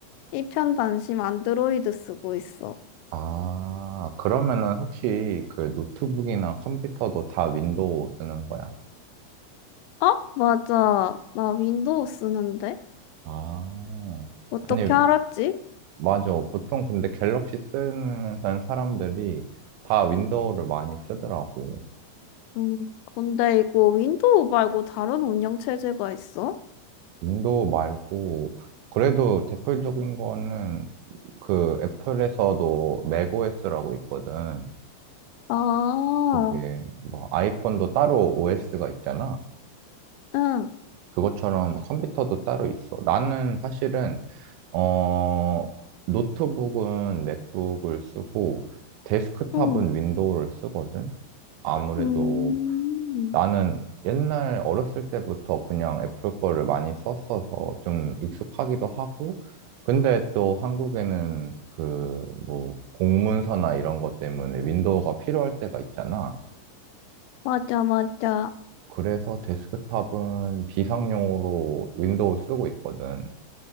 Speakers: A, on the left; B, on the right.
A: 이편단심 안드로이드 쓰고 있어.
B: 아, 그러면은 혹시 그 노트북이나 컴퓨터도 다 윈도우 쓰는 거야?
A: 어? 맞아. 나 윈도우 쓰는데?
B: 아,
A: 어떻게
B: 아니,
A: 알았지?
B: 맞아. 보통 근데 갤럭시 쓰는 사람들이 다 윈도우를 많이 쓰더라고.
A: 음, 근데 이거 윈도우 말고 다른 운영 체제가 있어?
B: 윈도우 말고, 그래도 대표적인 거는 그 애플에서도 맥OS라고 있거든.
A: 아,
B: 그게 뭐 아이폰도 따로 OS가 있잖아.
A: 응,
B: 그것처럼 컴퓨터도 따로 있어. 나는 사실은, 어, 노트북은 맥북을 쓰고, 데스크탑은
A: 응,
B: 윈도우를 쓰거든. 아무래도
A: 음,
B: 나는 옛날 어렸을 때부터 그냥 애플 거를 많이 썼어서 좀 익숙하기도 하고, 근데 또 한국에는 그 뭐 공문서나 이런 것 때문에 윈도우가 필요할 때가 있잖아.
A: 맞아, 맞아.
B: 그래서 데스크탑은 비상용으로 윈도우 쓰고 있거든.